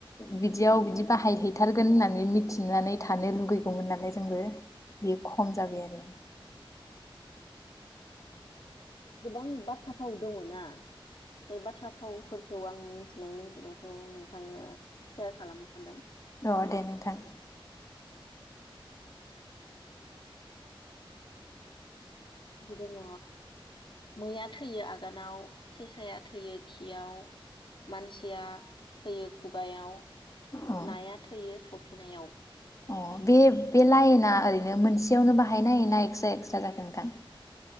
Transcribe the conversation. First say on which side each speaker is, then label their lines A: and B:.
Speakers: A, on the left (about 35°); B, on the left (about 60°).
A: बिदियाव बिदि बाहायहैथारगोन होननानै मिथिनानै थानो लुुबैगौमोन नालाय जोंबो। बे खम जाबाय आरो।
B: दा गोबां बाथ्राफाव दङ ना। बे बाथ्रा फावफोर खौ आं मिथिनाय मिथिनायखौ नोंथांनो सेयार खालामनो सानदों।
A: अ' दे नोंथां।
B: <unintelligible> दङ मैया थैयो आगानाव सेसाया थैयो खियाव, मानसिया थैयो खुगायाव,
A: अ
B: नाया थैयो थ'फि फिनायाव
A: अ' बे बे लाइना ओरैनो मोनसेयावनो बाहायनाय ना एक्सट्रा एक्सट्रा जाखो नोंथां?